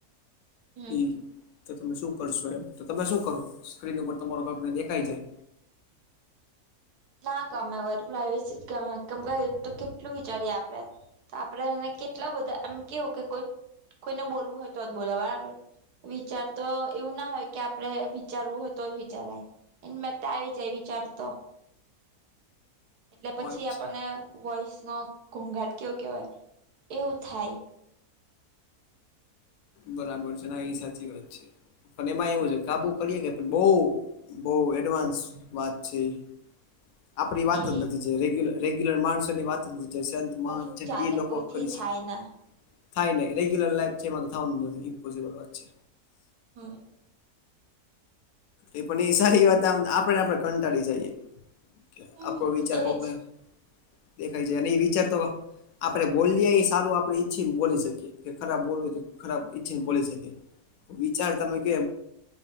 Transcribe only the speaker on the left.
ઈ તો તમે શું કરશો એમ તો તમે શું કરો સ્ક્રીનેર તમારો પગને દેખાય જાય.
હોય
છે
બરાબર છે ના એ સાચી વાત છે. પણ એમાં એવું છે કાબુ કરીએે કે પણ બહ બહ એડવાન્સ વાત છે એ. આપણી વાત
જ નથી રેગ્યુલર માણસોની વાત જ નથી.
મહ છેને
એ લોકો
કરી
શકે.
થાય નહી રેગ્યુલર લાઈફ છે એમાં થવાનું નથી ઇમ્પોસિબલ વાત છે.
એ પણ એ સારી વાત આપણેેને આપડણે કંટાળી જઈએ. કે
આપડો વિચાર કોકને
દેખાય જાય ન વિચાર તો આપણે બોલીએ એ સારું આપડણે ઈચ્છી ને બોલી શકીએ કે ખરાબ બોલવય ખરાબ ઈચ્છીને બોલી શકે વિચાર તમે કે